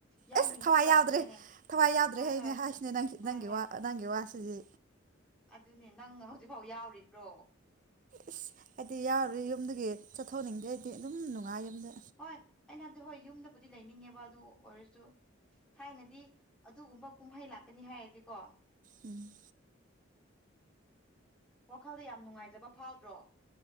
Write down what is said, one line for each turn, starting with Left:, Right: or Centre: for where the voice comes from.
Centre: ꯌꯥꯎꯅꯤꯡꯕ
Right: ꯑꯦꯁ ꯊꯋꯥꯏ
Centre: ꯄꯣꯛꯇ꯭ꯔꯦꯅꯦ
Right: ꯌꯥꯎꯗ꯭ꯔꯦ ꯊꯋꯥꯏ ꯌꯥꯎꯗ꯭ꯔꯦ
Centre: ꯍꯣꯏ
Right: ꯍꯥꯏꯅꯦ
Centre: ꯍꯣꯏ
Right: ꯍꯥꯏꯁꯤꯅꯦ
Centre: ꯍꯣꯏ
Right: ꯅꯪꯒꯤ
Centre: ꯍꯣꯏ
Right: ꯋꯥ ꯅꯪꯒꯤ ꯋꯥ ꯁꯤꯗꯤ
Centre: ꯑꯗꯨꯅꯦ ꯅꯪ ꯍꯧꯖꯤꯛꯐꯥꯎ ꯌꯥꯎꯔꯤꯕ꯭ꯔꯣ
Right: ꯏꯁ ꯑꯩꯗꯤ ꯌꯥꯎꯔꯤ ꯌꯨꯝꯗꯒꯤ ꯆꯠꯊꯣꯛꯅꯤꯡꯗꯦ ꯑꯩꯗꯤ ꯑꯗꯨꯝ ꯅꯨꯡꯉꯥꯏ ꯌꯨꯝꯗ
Centre: ꯍꯣꯏ ꯑꯩꯅ ꯍꯥꯏꯕꯗꯤ ꯍꯣꯏ ꯌꯨꯝꯗꯕꯨꯗꯤ ꯂꯩꯅꯤꯡꯉꯦꯕ ꯑꯗꯨ ꯑꯣꯏꯔꯁꯨ ꯊꯥꯏꯅꯗꯤ ꯑꯗꯨꯒꯨꯝꯕ ꯀꯨꯝꯍꯩ ꯂꯥꯛꯀꯅꯤ ꯍꯥꯏꯔꯗꯤꯀꯣ
Right: ꯎꯝ
Centre: ꯋꯥꯈꯜꯗ ꯌꯥꯝ ꯅꯨꯡꯉꯥꯏꯖꯕ ꯐꯥꯎꯗ꯭ꯔꯣ